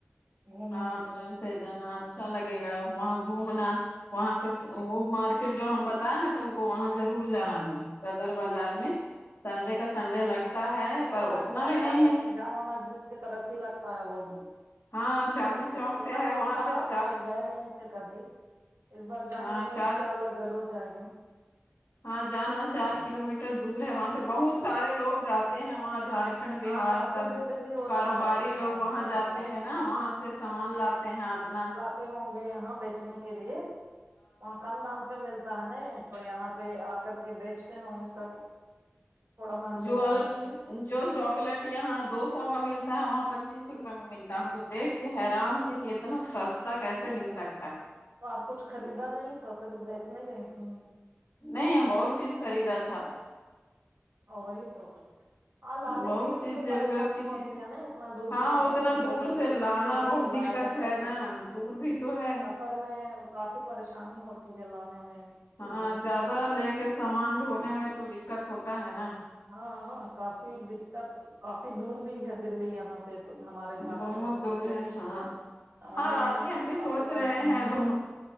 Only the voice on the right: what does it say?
گھومنے
ہاں
سنڈے
کو لگتا
وہیں
جامع مسجد کی طرف ہی لگتا ہے وہ بھی
مارکیٹ
سنا
تو
تھا
مگر گئے نہیں کبھی اس بار جائیں
گے تو
ان شاء اللہ ضرور جائیں گے
ہاں کافی
بھیڑ بھی ہوتا
ہے اس
میں
ہاں
تے ہوں گے یہاں بیچنے کے لیے وہاں کم دام پہ ملتا ہے نا تو یہاں پہ آ کر کے بیچتے ہوں گے سب تھوڑا مہنگے
داموں پہ
تو آپ کچھ خریدا نہیں تھا صرف دیکھنے گئی تھیں
ہوو وہی تو ہاں لانے
کے لیے
بھی تو
پریشانی
ہوتی
ہے نا اتنا دور
سے انسان
ڈھو
کر
کے
کس طرح
سے
لائے گا
سب
کچھ
سفر میں کافی پریشانی ہوتی ہے لانے میں چیزیں
ہاں ہاں کافی دکت کافی دور بھی ہے دلی یہاں سے تو ہمارے جھارکھنڈ
سے
تو پھر
سامان
لانے
میں
تو
کافی
پریشانی